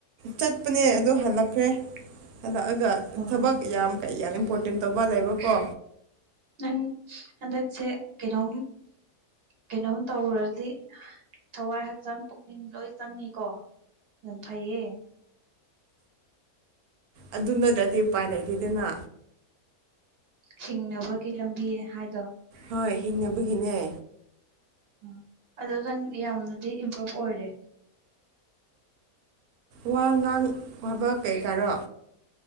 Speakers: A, on the right; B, on the right.
A: ꯆꯠꯄꯅꯦ ꯑꯗꯣ ꯍꯜꯂꯛꯈ꯭ꯔꯦ ꯍꯜꯂꯛꯑꯒ
B: ꯑꯣ
A: ꯊꯕꯛ ꯌꯥꯝ ꯀꯩ ꯌꯥꯝ ꯏꯝꯄꯣꯔꯇꯦꯟ ꯇꯧꯕ ꯂꯩꯕꯀꯣ
B: ꯅꯪ ꯍꯟꯗꯛꯁꯦ ꯀꯩꯅꯣꯝ ꯀꯩꯅꯣꯝ ꯇꯧꯔꯗꯤ ꯊꯋꯥꯏ ꯍꯛꯆꯥꯡ ꯄꯨꯛꯅꯤꯡ ꯂꯣꯏ ꯆꯪꯉꯤꯀꯣ ꯌꯥꯝ ꯐꯩꯌꯦ
A: ꯑꯗꯨ ꯅꯠꯇꯔꯗꯤ ꯎꯄꯥꯏ ꯂꯩꯇꯦꯗꯅ
B: ꯍꯤꯡꯅꯕꯒꯤ ꯂꯝꯕꯤ ꯍꯥꯏꯗꯣ
A: ꯍꯣꯏ ꯍꯤꯡꯅꯕꯒꯤꯅꯦ
B: ꯎꯝ ꯑꯗꯨ ꯅꯪ ꯌꯥꯝꯅꯗꯤ ꯏꯝꯄ꯭ꯔꯨꯞ ꯑꯣꯏꯔꯦ
A: ꯋꯥ ꯉꯥꯡ ꯋꯥꯕ ꯀꯩꯀꯥꯔꯣ